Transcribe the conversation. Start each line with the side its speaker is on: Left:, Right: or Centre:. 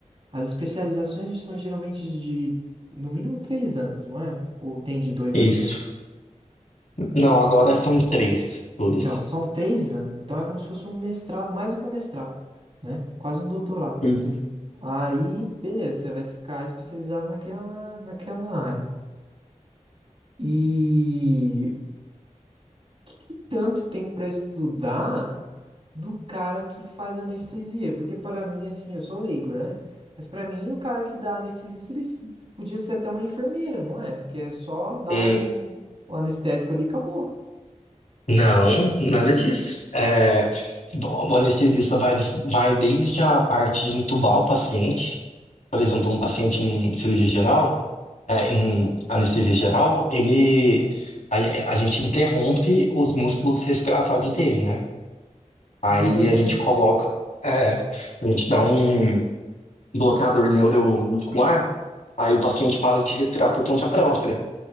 Right: as especializações são geralmente de, no mínimo, três anos, não é? Ou tem de dois
Left: Isso.
Right: anos também.
Left: Não, agora são três, todas.
Right: Então, são três anos, então é como se fosse um mestrado, mais do que um mestrado, né? Quase um doutorado.
Left: Uhum.
Right: Aí, beleza, você vai ficar especializado naquela, naquela área. E que que tanto tem pra estudar do cara que faz anestesia? Porque pra mim, assim, eu sou leigo, né? Mas pra mim, o cara que dá anestesista, ele s- podia ser até uma enfermeira, não é? Que é só dar
Left: Hum,
Right: o, o anestésico ali e acabou.
Left: Não, nada disso. É, bom, o anestesista vai, vai desde a parte de entubar o paciente, por exemplo, um paciente em cirurgia geral, é, em anestesia geral, ele a, a gente interrompe os músculos respiratórios dele, né? Aí
Right: Ah, é?
Left: a gente coloca, é, a gente dá um bloqueador neuromuscular, aí o paciente para de respirar por conta própria.